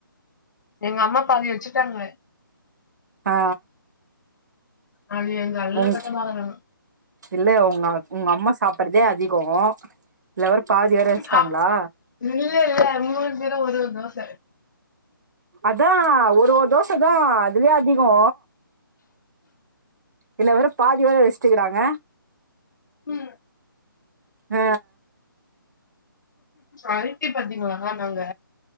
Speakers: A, on the left; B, on the right.
A: எங்க அம்மா பாதி வச்சுட்டாங்க
B: ஆ
A: அது எங்க அல்ல
B: உங்
A: சட்டம் அவதா
B: இல்ல உங்க உங்கம்மா சாப்பற்தே அதிகோ இதுல வேற பாதி வேற வச்ட்டாங்ளா
A: ஆ இல்ல இல்ல மூர்கிறா ஒரே ஒரு தோச
B: அதா ஒரு ஒரு தோச தா அதுவே அதிகோ இதுல வேற பாதி வேற வஸ்ட்டிகுறாங்க
A: ம்
B: அ
A: அழுத்தி பாத்தீங்ளாகா நாங்க